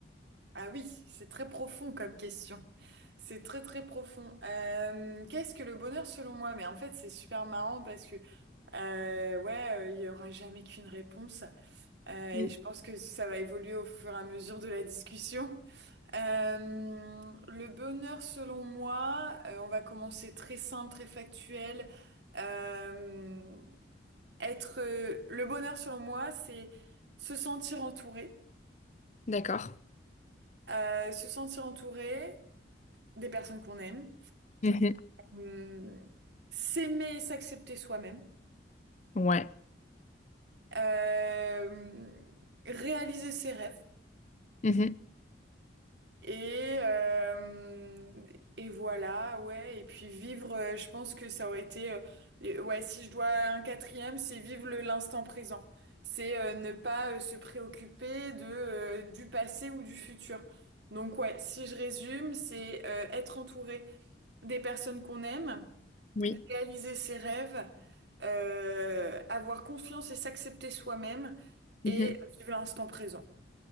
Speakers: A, on the right; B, on the left.
A: Ah oui, c'est très profond comme question. C'est très très profond. Euh, qu'est-ce que le bonheur selon moi? Mais en fait, c'est super marrant parce que euh, ouais, euh, il y aura jamais qu'une réponse. Euh,
B: Mm.
A: et je pense que ça va évoluer au fur et à mesure de la discussion. Euh, le bonheur selon moi, euh, on va commencer très simple, très factuel. Euh, être euh, le bonheur selon moi, c'est se sentir entouré.
B: D'accord.
A: Euh, se sentir entouré des personnes qu'on aime,
B: Mhm.
A: euh, s'aimer et s'accepter soi-même,
B: Ouais.
A: euh, réaliser ses rêves
B: Mhm.
A: et, euh, et voilà, ouais, et puis vivre, euh, je pense que ça aurait été, euh, les- ouais, si je dois un quatrième, c'est vivre le- l'instant présent. C'est euh, ne pas euh, se préoccuper de, euh, du passé ou du futur. Donc ouais, si je résume, c'est euh, être entouré des personnes qu'on aime
B: Oui.
A: réaliser ses rêves, euh, avoir confiance et s'accepter soi-même et
B: Mhm.
A: vivre l'instant présent.